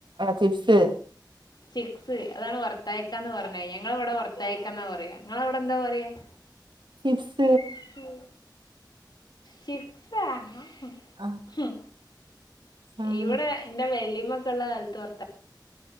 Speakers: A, on the right; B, on the left.
A: ചിപ്സ്
B: ചിക്സ് അതാണ് വർത്തയക്കാ എന്ന് പറഞ്ഞ ഞങ്ങള ഇവിടെ വർത്തയക്ക എന്നാ പറയാ നിങ്ങളവിടെ എന്താ പറയാ-
A: പ്പ്സ്
B: ചിപ്സ് ചിപ്സ് ആണോ
A: ആഹ്
B: ഉം
A: ആഹ്
B: ഇവിടെ എന്റെ വെല്യമ്മ ഒക്കെ ഉള്ള കാലത്ത് വർത്ത